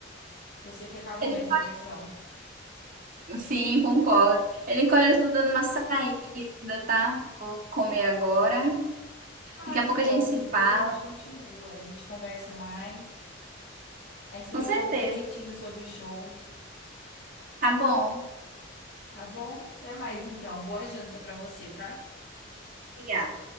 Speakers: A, on the left (about 55°); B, on the right (about 45°).
A: Porque eu sei que acabou
B: Ele-
A: minha diversão.
B: Sim, concordo. Ele encolheu, eu estou dando uma saída, tá? Vou comer agora.
A: Ah,
B: Daqui a
A: tá
B: pouco a
A: bom.
B: gente se
A: Depois
B: fala.
A: a gente continua, a gente conversa mais. Aí você
B: Com
A: me conta
B: certeza.
A: direitinho sobre o show,
B: Tá bom.
A: tá bom? Até mais, então. Boa janta pra você, tá?
B: Obrigada.